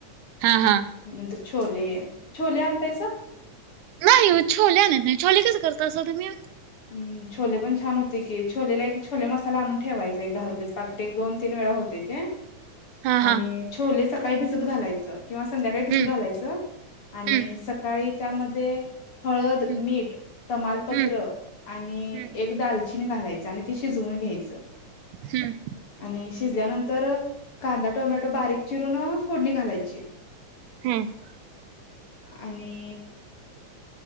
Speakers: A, on the right; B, on the left.
A: हा हा
B: नंतर छोले, छोले आणतायसा.
A: नाही हो छोले आणत नाही, छोले कसं करतासा तुम्ही.
B: हम्म छोले पण छान होते की छोलेला एक छोले मसाला आणून ठेवायचा एक दहा रुपयेच. पाकिट एक दोन तीन वेळा होते ते,
A: हा
B: आणि
A: हा
B: छोले सकाळी भिजत घालायचं. किंवा संध्याकाळी तसं
A: हम्म
B: घालायचं. आणि
A: हम्म
B: सकाळी त्यांमध्ये, हळद
A: हम्म
B: मीठ तमालपत्र
A: हम्म
B: आणि
A: हम्म
B: ए एक दालचिनी घालायचं आणि ते शिजवून घ्यायचं.
A: हम्म.
B: आणि शिजल्यानंतर, कांदा टोमॅटो बारीक चिरून फोडणी घालायची.
A: हम्म..
B: आणि